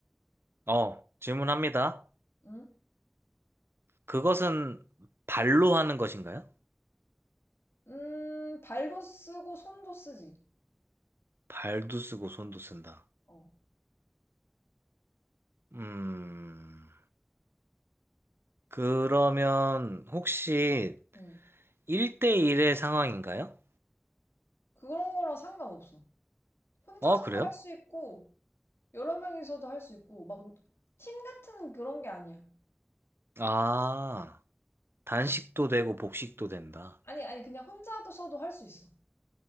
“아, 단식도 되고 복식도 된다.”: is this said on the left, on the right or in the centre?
Right